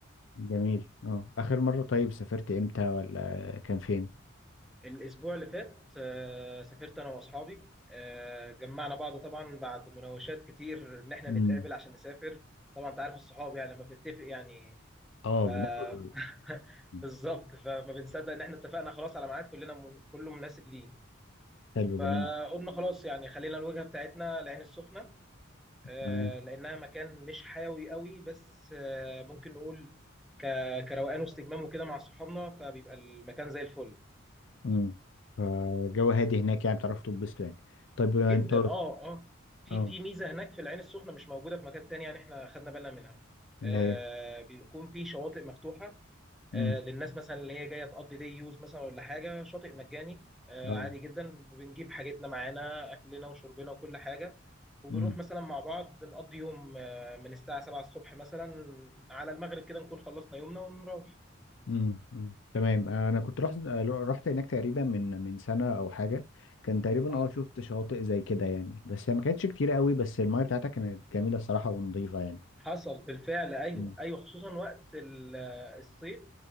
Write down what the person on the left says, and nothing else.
جميل اه اخر مره طيب سافرت امتى ولا كان فين
امم
اه
بناخد مم.
حلو
جميل
تمام
امم فالجو هادي هناك يعني بتعرفوا تتبسطوا يعني طيب آه،
انت
اه
اللي
هي
امم
اه
امم
امم أمم. تمام انا كنت رحت رحت هناك تقريبا من من سنه او حاجه كان تقريبا
اه شفت شواطئ زي كده يعني بس هي ما كانتش كتير قوي بس المايه بتاعتها كانت جميله الصراحه ونظيفه يعني
أمم.